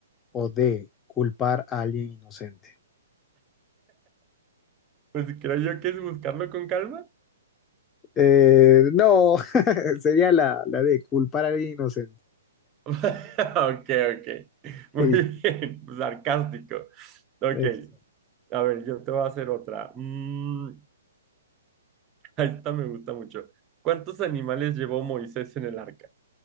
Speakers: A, on the left; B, on the right.
A: o D, culpar a alguien inocente?
B: Pues creo yo que es buscarlo con calma. <laughs>
A: Eh, no, <laughs> sería la, la D, culpar a alguien inocente. <laughs>
B: Ok, ok. Muy
A: Sí,
B: bien, <laughs> sarcástico. Ok,
A: next.
B: a ver, yo te voy a hacer otra. Mm, <laughs> esta me gusta mucho. ¿Cuántos animales llevó Moisés en el arca?